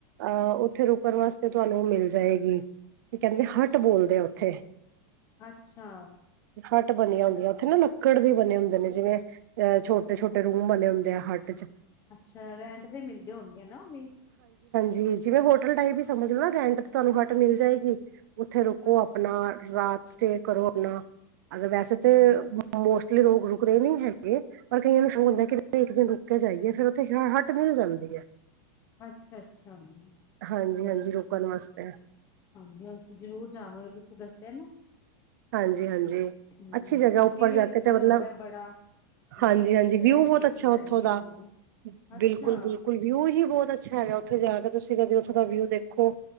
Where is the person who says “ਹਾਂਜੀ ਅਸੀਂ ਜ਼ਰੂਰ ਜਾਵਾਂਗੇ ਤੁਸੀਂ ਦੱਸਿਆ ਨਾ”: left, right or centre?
Left